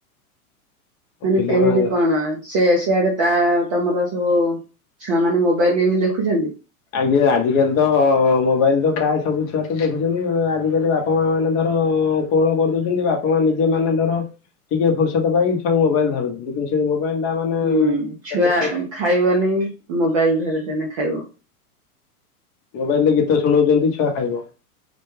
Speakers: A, on the right (about 25°); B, on the left (about 30°).
A: ମାନେ
B: ପିଲାମାନେ
A: କେମିତି କଣ? ସେ ସେଆଡେ ତା ତମର ସବୁ ଛୁଆ ମାନେ ମୋବାଇଲ ଏମିତି ଦେଖୁଛନ୍ତି।
B: ଆଜ୍ଞା ଆଜିକାଲି ତ ମୋବାଇଲ ତ ପ୍ରାୟ ସବୁ ଛୁଆ ତ ଦେଖୁଛନ୍ତି ଆଜିକାଲି ବାପା ମା ମାନେ ଧର କୋଳ କରିଦଉଛନ୍ତି ବାପା ମା ନିଜେ ମାନେ ଧର ଟିକେ ଫୁର୍ସତ ପାଇ ଛୁଆଙ୍କୁ ମୋବାଇଲ ଧରୁଛନ୍ତି। କିନ୍ତୁ ସେ ମୋବାଇଲ ଟା ମାନେ
A: ହୁଁ
B: କେତେ
A: ଛୁଆ ଖାଇବନି ମୁ ମୋବାଇଲ ଧରିଦଲେ ଖାଇବ।
B: ମୋବାଇଲରେ ଗୀତ ଶୁଣଉଛନ୍ତି ଛୁଆ ଖାଇବ।